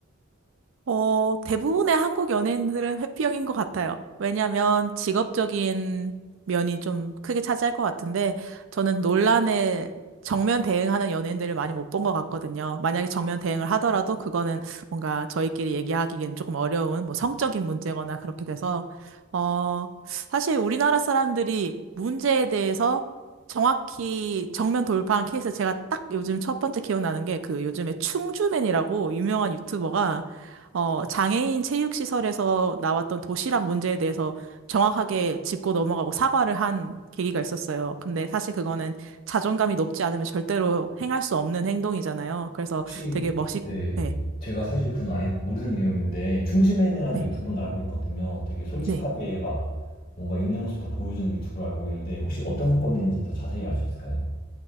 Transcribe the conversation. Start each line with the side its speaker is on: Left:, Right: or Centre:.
Right: 어, 대부분의 한국 연예인들은 회피형인 것 같아요. 왜냐하면 직업적인 면이 좀 크게 차지할 것 같은데 저는 논란에 정면 대응하는 연예인들을 많이 못 본 것 같거든요. 만약에 정면 대응을 하더라도 그거는 뭔가 저희끼리 얘기하기에는 조금 어려운 뭐 성적인 문제거나 그렇게 돼서 어, 사실 우리나라 사람들이 문제에 대해서 정확히 정면 돌파한 케이스 제가 딱 요즘 첫 번째 기억나는 게 그 요즘에 충주맨이라고 유명한 유튜버가 어, 장애인 체육시설에서 나왔던 도시락 문제에 대해서 정확하게 짚고 넘어가고 사과를 한 계기가 있었어요. 근데 사실 그거는 자존감이 높지 않으면 절대로 행할 수 없는 행동이잖아요. 그래서
Left: 혹시
Right: 되게 멋있,
Left: 네
Right: 네,
Left: 제가 사실 그건 아예 모르는 내용인데 춤즈맨이라는
Right: 네.
Left: 유튜브는 알고 있거든요. 되게 솔직하게
Right: 네.
Left: 막 뭔가 있는 모습 다 보여주는 유튜브를 알고 있는데 혹시 어떤 사건인지 더 자세히 알 수 있을까요?